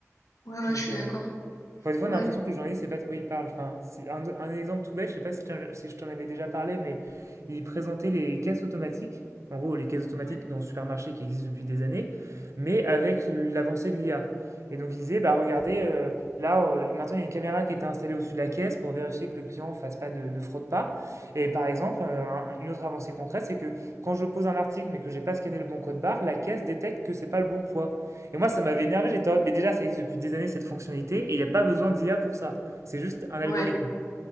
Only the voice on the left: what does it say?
ouais, ouais,
je suis
d'accord.
Ouais,
ouais,
ouais.